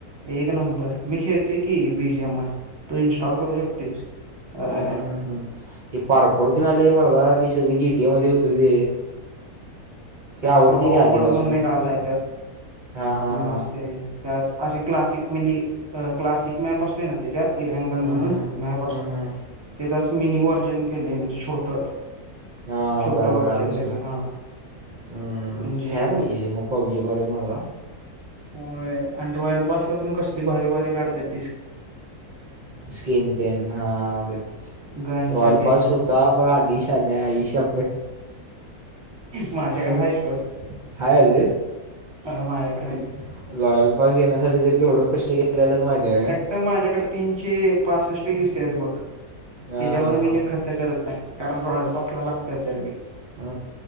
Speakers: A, on the right (about 20°); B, on the right (about 50°).
A: एक नंबर मी खेळेतोय की बी जी एम आय तू इन्स्टॉल करू शकतेस अ अं
B: हं ते पारकोरती नाले मर्दा ते सगळे जी टी ए मध्ये होत ते
A: सगळ
B: ते आवडते
A: असं भाऊ
B: रे आधीपासून
A: मोड म्हणून एक आलाय त्यात
B: हां हां
A: उन
B: हां
A: असते त्यात असे क्लासिक मिनी अ क्लासिक मॅप असते ना त्याज्यात इरँगल म्हणून
B: हां हां
A: मॅप असत
B: हां
A: त्याचा मिनी व्हर्जन केलयं म्हणजे छोट
B: हा
A: छोटं
B: कळालं
A: व्हर्जन
B: कळालं
A: त्याच
B: सगळं
A: हा
B: हूं
A: म्हणजे
B: काय पाहिजे रे म पब्जी परत मारला
A: होयं आणि रॉयल पासला पण कसली भारी भारी काढत्यात तीस
B: स्किन तेन हा तेच
A: गनच्या
B: रॉयल
A: तेन
B: पास होत ता बा आदी शाद्या ईशा
A: माझ्याकड
B: ती
A: हाय सोड
B: हाय अजून
A: आय माझ्याक
B: ती लॉयल पास घेण्यासाठी जर केवढं कष्ट घेतलेलेत माहित हाय काय
A: पण माझ्याकड तीनशे पासष्ट यु सी आहेत बघ
B: हा
A: त्याच्यावर
B: हा
A: मी
B: हा
A: काय खर्च र्च करत नाय कारण रॉयल पास ला लागतात दर वेळी
B: अ